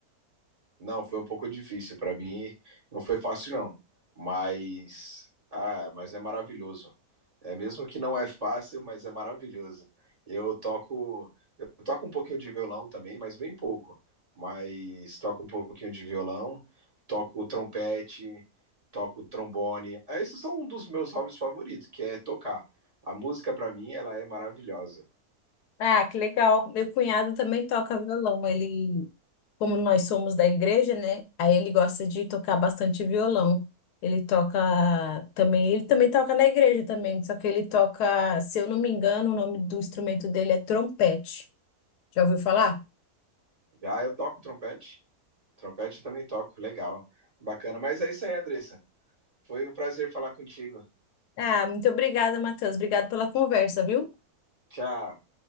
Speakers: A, on the right; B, on the left.
A: Não, foi um pouco difícil para mim, não foi fácil não, mas ah, mas é maravilhoso. É mesmo que não é fácil, mas é maravilhoso. Eu toco, eu toco um pouquinho de violão também, mas bem pouco. Mas toco um pouquinho de violão, toco trompete, toco trombone. Ah, Esses são um dos meus hobbies favoritos, que é tocar. A música para mim, ela é maravilhosa.
B: Ah, que legal. Meu cunhado também toca violão. Ele, como nós somos da igreja, né? Aí ele gosta de tocar bastante violão. Ele toca também, ele também toca na igreja também, só que ele toca, se eu não me engano, o nome do instrumento dele é trompete. Já ouviu falar?
A: Já eu toco trompete, trompete eu também toco, legal, bacana. Mas é isso aí, Andressa. Foi um prazer falar contigo.
B: Ah, muito obrigada, Matheus. Obrigado pela conversa, viu?
A: Tchau.